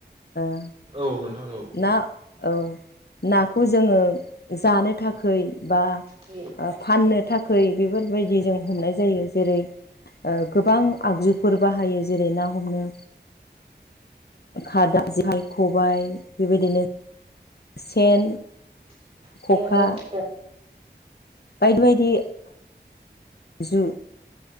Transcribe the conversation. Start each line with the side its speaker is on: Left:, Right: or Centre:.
Left: ओ
Right: औ नोंथां औ
Left: ना
Right: औ
Left: औ नाखौ जोंङो जानो थाख बा
Right: <unintelligible>
Left: आ फाननो थाख बेफोरबायदि जों हमनाय जायो जेरै गोबां आगजुफोर बाहायो। जेरै ना हमनो खादा जेखाइ खबायाइ बेबायदिनो सेन
Right: <unintelligible>
Left: खखा बायदि बायदि जु